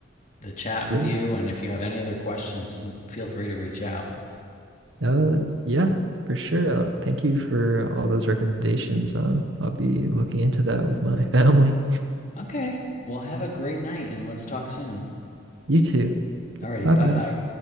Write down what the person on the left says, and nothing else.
the chat with
you. And if you have any other questions, feel free to reach out.
Okay, well, have a great night, and let's talk soon.
Alrighty,
bye
bye.